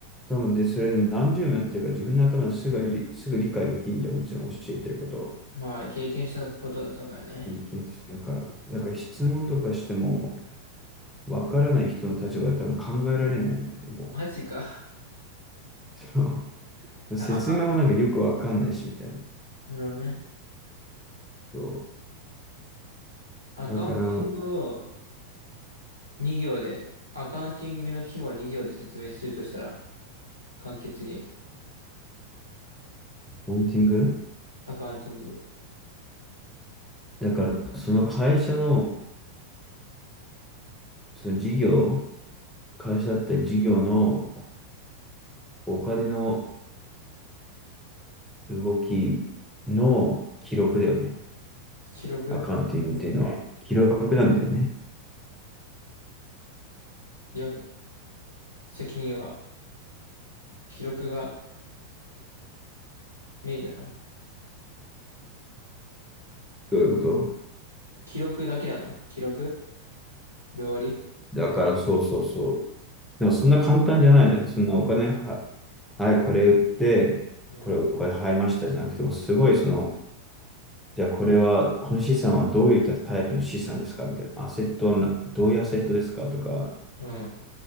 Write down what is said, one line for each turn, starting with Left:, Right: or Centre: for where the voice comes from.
Centre: 多分で、それで何十年やってるか自分の頭ですぐ理、すぐ理解できんじゃん、もちろん教えてることを
Right: まあね、経験したことだからね。
Centre: 一見してるから。だから質問とかしても、わからない人の立場で多分考えられないんだよね、も
Right: マジか。
Centre: う。<laughs>
Right: さあ、
Centre: 説明もなんかよくわかんないし、
Right: か、
Centre: みたいな。
Right: なるほどね。
Centre: そ
Right: アカウンティングを
Centre: う。だから、
Right: 2行で、アカウンティングの規模を2行で説明するとしたら、簡潔に、
Centre: ポンティング
Right: アカウンティング、
Centre: だから、その会社の、その事業、会社って事業のお金の動きの記録だよね。
Right: 記録、
Centre: アカウンティングっていうのは。記録なんだよね。
Right: 約、責任は、記録がメインなの
Centre: どういうこと
Right: 記録だけなの記録で終わり
Centre: だからそうそうそう。でもそんな簡単じゃないじゃん。そんなお金は、はい、これ売って、
Right: うん。
Centre: これお金入りましたじゃなくても、すごいその、じゃあこれは、この資産はどういったタイプの資産ですかみたいな。アセットはな、どういうアセットですかとか、
Right: うん。